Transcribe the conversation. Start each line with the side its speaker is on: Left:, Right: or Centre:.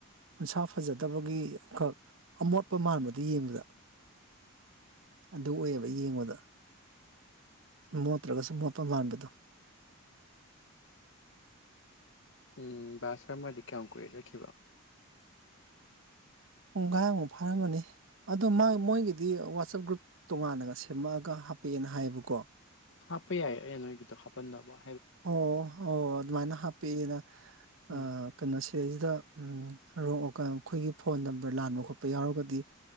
Right: ꯎꯟꯁꯥ ꯐꯖꯗꯕꯒꯤꯈꯛ ꯑꯃꯣꯠꯄ ꯃꯥꯟꯕꯗꯨ ꯌꯦꯡꯕꯗ ꯑꯗꯨ ꯑꯣꯏꯌꯦꯕ ꯌꯦꯡꯉꯗ ꯃꯣꯠꯇ꯭ꯔꯒꯁꯨ ꯃꯣꯠꯄ ꯃꯥꯟꯕꯗꯣ
Left: ꯎꯝ ꯁꯔꯃꯁꯤ ꯀꯌꯥꯝ ꯀꯨꯏꯔꯦ ꯆꯠꯈꯤꯕꯥ
Right: ꯄꯨꯡꯈꯥꯏꯃꯨꯛ ꯐꯥꯔꯝꯃꯅꯤ ꯑꯗꯣ ꯃꯣꯏꯒꯤꯗꯤ ꯋꯥꯆꯞ ꯒ꯭ꯔꯨꯞ ꯇꯣꯉꯥꯟꯅꯒ ꯁꯦꯝꯃꯛꯑꯒ ꯍꯥꯞꯄꯛꯑꯦꯅ ꯍꯥꯏꯌꯦꯕꯀꯣ
Left: ꯍꯥꯄꯤ ꯌꯥꯏ ꯑꯩꯅ ꯅꯣꯏꯒꯦꯗꯣ ꯍꯄ ꯄꯟꯗꯕꯥ
Right: ꯑꯣ ꯑꯣ ꯑꯗꯨꯃꯥꯏꯅ ꯍꯥꯞꯄꯤꯑꯦꯅ
Left: ꯎꯝ
Right: ꯑꯥ ꯀꯩꯅꯥ ꯁꯤꯗꯩꯁꯤꯗꯥ ꯔꯣ ꯑꯩꯈꯣꯏꯒꯤ ꯐꯣꯟ ꯅꯝꯕꯔ ꯂꯥꯟꯕ ꯈꯣꯠꯄ ꯌꯥꯎꯔꯒꯗꯤ